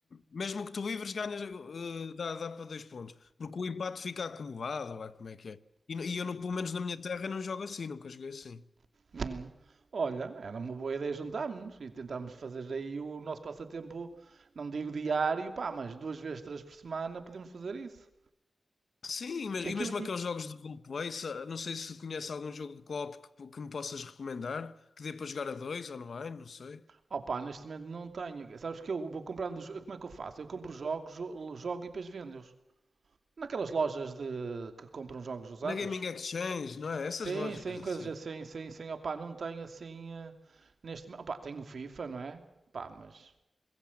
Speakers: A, on the left; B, on the right.
A: Mesmo que tu livres, ganhas, ah, dá, dá para dois pontos. Porque o empate fica acumulado, lá como é que é. E, e eu, no- pelo menos na minha terra, não jogo assim, nunca joguei assim.
B: Hum. Olha, era uma boa ideia juntarmos e tentarmos fazer aí o nosso passatempo, não digo diário, pá, mas duas vezes, três por semana podemos fazer isso.
A: Sim, mas-
B: E
A: e
B: aquilo,
A: mesmo aqueles
B: e,
A: jogos de roleplay, sa- não sei se conhece algum jogo de co-op que, que me possas recomendar, que dê para jogar a dois online, não sei.
B: opá, neste momento não tenho. Sabes que eu vou comprando, jo- como é que eu faço? Eu compro jogos, jo- jogo e depois vendo-os. Naquelas lojas de que compram jogos usados.
A: Na Gaming Exchange, não é? Essas
B: Sim,
A: lojas
B: sim, coisas
A: assim.
B: assim, sim, sim, opá, não tenho assim, eh, neste, opá, tenho o FIFA, não é? Pá, mas